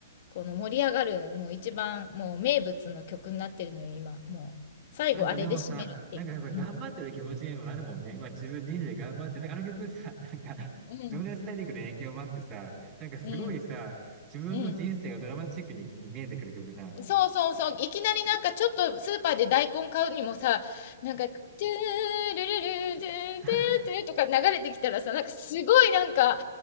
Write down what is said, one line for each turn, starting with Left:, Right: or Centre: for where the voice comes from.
Left: この盛り上がる、もう一番、もう名物の曲になってるのよ、今。もう、最後あれで締めるっていう。
Right: なんかでもさ、なんかさ、頑張ってる気持ちにもなるもんね。
Left: うん。
Right: 今自分人生頑張って、なんかあの曲さ、<laughs> なんか、
Left: うん。
Right: 情熱大陸の影響もあってさ、なんかすごいさ、
Left: うん。
Right: 自分の人生がドラマチックに見えてくる曲じゃん。
Left: うん。そうそうそう。いきなりなんかちょっとスーパーで大根買うにもさ、なんか、トゥールルルトゥートゥートゥーとか流れてきたらさ、
Right: <laughs>
Left: なんかすごいなんか、